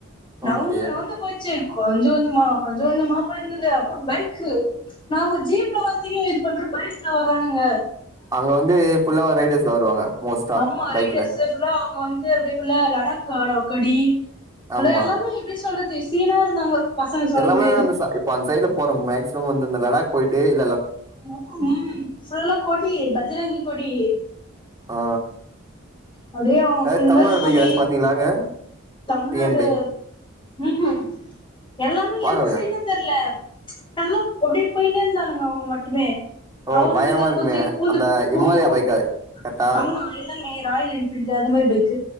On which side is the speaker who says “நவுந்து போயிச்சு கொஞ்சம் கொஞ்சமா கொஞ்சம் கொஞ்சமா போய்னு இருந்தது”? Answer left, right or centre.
Left